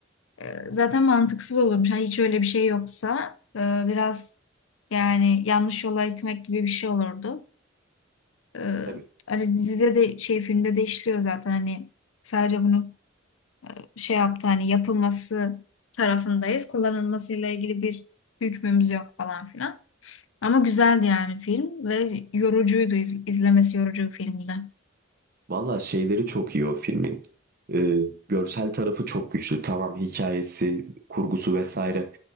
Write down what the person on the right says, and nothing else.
Tabii.
Valla şeyleri çok iyi o filmin. Ee, görsel tarafı çok güçlü. Tamam hikayesi, kurgusu vesaire